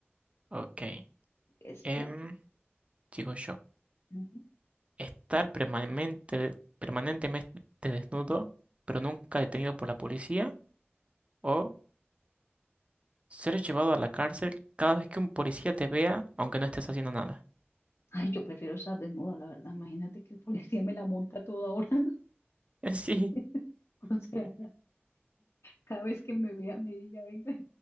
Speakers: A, on the right; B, on the left.
A: Ok.
B: ¿Es
A: em,
B: tú?
A: sigo yo.
B: Ujú.
A: Estar permanente, permanentemente desnudo, pero nunca detenido por la policía. O ser llevado a la cárcel cada vez que un policía te vea, aunque no estés haciendo nada.
B: Ay, yo prefiero estar desnuda, la verdad. Imagínate que el policía me la monta a toda hora.
A: <laughs> Sí,
B: <laughs> O sea, cada vez que me vea, me diga, venga,